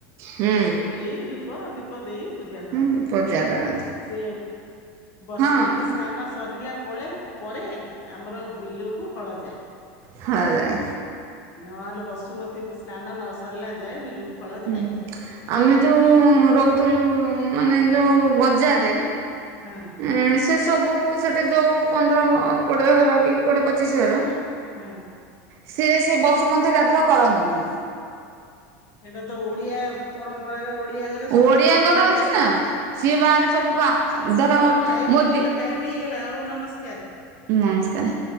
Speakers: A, on the right; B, on the left.
A: ହୁଁ
B: ଏସବୁ ଦେଇ ଧୂପ ଦୀପ ଦେଇ ପୂଜା କର।
A: ହୁଁ ପୂଜା କରନ୍ତି।
B: ସେ ବସୁମତୀ
A: ହଁ
B: ସ୍ନାନ ସରିଲା ପଳେ ପରେ ଆମର ବିଲକୁ ହଳ ଯାଏ।
A: ହଳ ଯାଏ।
B: ନହେଲେ ବସୁମତୀ ସ୍ନାନ ନ ସରିଲା ଯାଏ ବିଲକୁ ହଳ ଯାଏନି
A: ଉଁ ହୁଁ ଆମେ ଯୋଉ ରହୁଥିଲୁ ମାନେ ଯୋଉ ବଜାରରେ।
B: ହଁ।
A: ଉଁ ସେ ସବୁ ସେଟି ଜୋଉ ପନ୍ଦର କୋଡ଼ିଏ ଘର କି କୋଡ଼ିଏ ପଚିଶ ଘର
B: ହୁଁ।
A: ସେ ସେ ବସୁମତୀ ଗାଧୁଆ କରନ୍ତିନି।
B: ଏଇଟା ତ ଓଡିଆ ପରମ୍ପରାରେ ଓଡିଆ ଘରେ
A: ଓଡିଆଙ୍କର
B: ସମସ୍ତଙ୍କ ଘରେ ଅଛି
A: ନା ସିଏ ବାହାରେ ସବୁ କା ଧର
B: ଆମର ଟାଇମ
A: ମୋ
B: ହେଇଗଲା ଟାଇମ ହେଇଗଲା ହଉ ନମସ୍କାର।
A: ନମସ୍କାରେ।